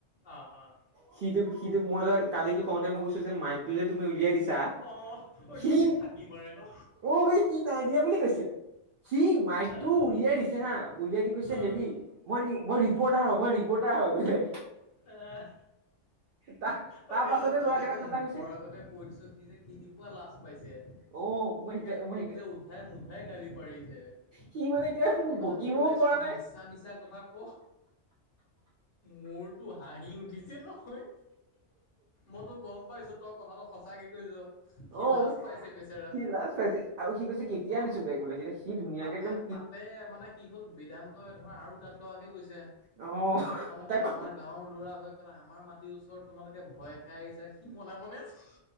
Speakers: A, on the left; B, on the right.
A: অ', অ'।
B: সিটো সিটো মই এ কালিতো কওঁতে মই কৈছো যে মাইকটো যে তুমি উলিয়াই দিছা
A: অ', ঐ
B: সি,
A: কি ফাঁকি মাৰে ন?
B: অ বে সি নাই দিয়া বুলি কৈছে সি মাইকটো
A: অ
B: উলিয়াই
A: ভাই
B: দিছে
A: চাব
B: হা উলিয়াই দি কৈছে
A: অ
B: হেৰি, মই -মই ৰিপৰ্টাৰ মই ৰিপৰ্টাৰ হয় বোলে
A: আহ
B: তাৰ তাৰ
A: অ তেওঁ
B: পাছতে
A: যে, তই
B: ল'ৰাকেইটা
A: যে একে
B: ঠাণ্ডা
A: মুখৰ
B: হৈছে
A: আগতে কৈ দিছ, সি যে কেনেকোৱা লাজ পাইছে
B: অ মই
A: তাকে,
B: শিকাই মই
A: তোক
B: শিকাই
A: যে উধাই মুধাই গালি পাৰিছে
B: সি মানে এতিয়া
A: ফাল্টু
B: মোক
A: কথা
B: বকিবও
A: কব আহিছ
B: পৰা
A: তই
B: নাই
A: মিছা মিছা কথা ক মোৰতো হাঁহি উঠিছে নহয়, মইতো গম পাইছো তই কথাটো সঁচাকে কৈছ সি
B: অ,
A: লাজ পাইছে বেচেৰা
B: সি লাজ পাইছে আৰু সি কৈছে কেতিয়া আনিছো বেগ বোলে, কেতিয়া সি ধুনীয়াকে
A: তাতে
B: একদম
A: তাতে মানে কি হ'ল বেদান্তই ধৰা আৰু গাত লগাকে কৈছে,
B: অ'
A: তোমালোকে
B: তাক
A: আমাৰ গাঁৱৰ ল'ৰা হৈ পেলাই আমাৰ মাটিৰ ওচৰত তোমালোকে ভয় খাই আহিছা সি মনে মনে আছে